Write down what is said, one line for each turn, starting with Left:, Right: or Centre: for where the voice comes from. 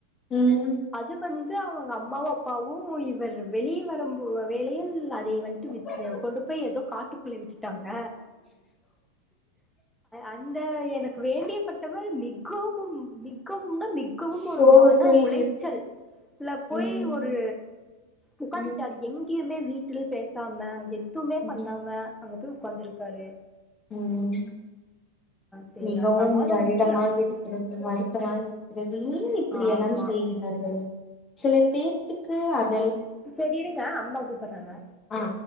Left: ம்
Centre: அது வந் து அவுங்க அம்மாவும் அப்பாவும் இவரு வெளிய வரம்போ வேலையில் அ தே வண்ட்டு வித்
Left: ம்
Centre: கொண்டு போயி எதோ காட்டுக்குள்ளே விட்டுட்டாங்க அந்த எனக் வேண்டியப்பட்டவர் மிகவும் மிக வும்ள மிகவும்
Left: சோகத்தில்
Centre: ஒரு மன உளைச்சல்ல போயி
Left: ம்
Centre: ஒரு உக்காந்துட்டாரு
Left: ம்
Centre: எங் கியுமே வீட்டில் பேசாமா எ துமே
Left: ம்
Centre: பண்ணாம அங்க போய் உட்காந்துருக்காரு
Left: ம்
Centre: சரி
Left: மிகவும்
Centre: நான் சமாதானம்
Left: வருடமாக
Centre: பண்ணி அமைச்சு
Left: இருக்கிறது
Centre: விட்டேன்
Left: வருத்தமாக இருக்கிறது ஏன் இப்டி
Centre: ஆமா
Left: எல்லாம் செய்கிறார்கள் பேத்துக்கு அப்
Centre: சேரி இருங்க அம்மா கூப்பிடுறாங்க
Left: ஆ